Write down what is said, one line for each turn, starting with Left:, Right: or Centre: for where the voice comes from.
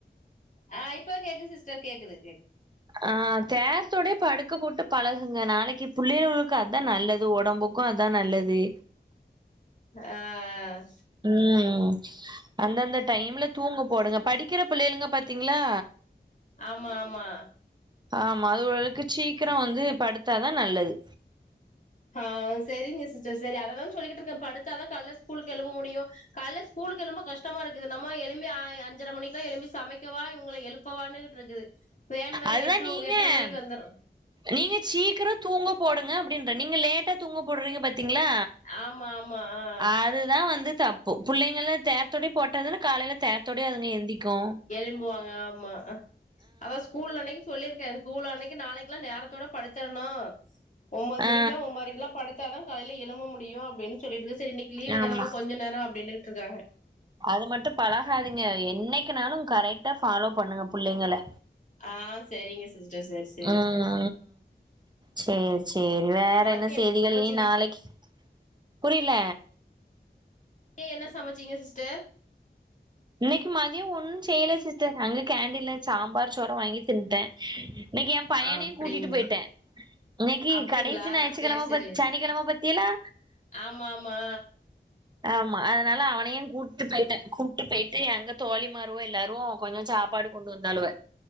Left: ஆ இப்ப கேக்குது சிஸ்டர் கேக்குது கேக்
Right: ஆ நேரத்தோடே படுக்க போட்டு பளஹுங்க நாளைக்கி புள்ளைவோளுக்கு அதான் நல்லது ஒடம்புக் கு அதான் நல்லது
Left: ஆ ஆ
Right: ம் ம் அந்த அந்த டைம்ல தூங்க போடுங்க படிக்கிற புள்ளைளுங்க பாத்தீங்ளா
Left: ஆமா ஆமா
Right: ஆமா அதுவொழுக்கு சீக்கிர வந்து படுத்தா தா நல்லது
Left: ஆ செரிங்க சிஸ்டர் சரி அததா சொல்லிக்கிட்டு இருக்கே படுத்தா தா கால்ல ஸ்கூலுக்கு எழும்ப முடியு கால்ல ஸ்கூலுக்கு எழும்ப கஷ்டமா இருக்குது நம்ம எழும்பி அ அஞ்சர மணிக்கலா எழும்பி சமைக்கவா இவுங்கள எழுப் இப்போ வந்துகிட்டு இருக்குது வேன் வர
Right: அதுதா
Left: எட்டு
Right: நீங்க
Left: எட்ர மணிக்கு வந்துரு
Right: நீங்க சீக்கிரம் தூங்க போடுங்க அப்டின்றே நீங்க லேட்டா தூங்க போடுறீங்க பாத்தீங்ளா
Left: ஆமா ஆமா ஆ
Right: அதுதா வந்து தப்பு புள்ளைங்கல தேர்தோடயே போட்டதான்னே காலேல தேர் தொடயு அதுங்க எந்திக்கோ
Left: எழும்பு வாங்க ஆமா அதா ஸ்கூல் அன்னைக்கி சொல்லிருக்க ஸ்கூல் அன்னைக்கு நாளைக்குல்லா நேரத்தோட படுத்தர்ணோ ஒம்பது
Right: ஆ
Left: மணிக்குலா ஒம்பதரைக்குலா படுத்தாதா காலில எழும்ப முடியு அப்டின்னு சொல்லிட்டு சரி இன்னிக்கு லீ்வூ
Right: ஆமா
Left: தானமா கொஞ்ச நேரம் அப்டின்ட்டு இருக்காங்க
Right: அது மட்டும் பழகாதீங்க என்னைக்குனாலு கரெக்டா ஃபாலோ பண்ணுங்க புள்ளைங்கள
Left: ஆ செரிங்க சிஸ்டர் சேர் சே
Right: ஆ ஆ சேரி சேரி வேற
Left: மதிய
Right: என்ன செய்திகள்
Left: சமச்சீங்க
Right: இனி நாளைக்கி புரியில
Left: ஏ என்ன சமச்சீங்க சிஸ்டர்
Right: இன்னைக்கு மத்தியம் ஒன்னும் செய்யல சிஸ்டர் அங்க கேண்டின்ல சாம்பார் சோரு வாங்கி தின்னுட்டே இன்னைக்கு எ பையனையு
Left: அப்டிங்கள
Right: கூட்டிட்டு போயிட்டே இன்னக்கி
Left: அப்டிங்களா
Right: கடேசி ஞாயிற்றுக்கெழம
Left: சேரி சேரி
Right: பாத் சனிக்கெழம பாத்திகளா
Left: ஆமா ஆமா
Right: ஆமா அதனால அவனையு கூட்டு போய்ட்டே ட்டு போய்ட்டு அங்க தோழி மாறுக எல்லாரு கொஞ்ச சாப்பாடு கொண்டு வந்தாலுவ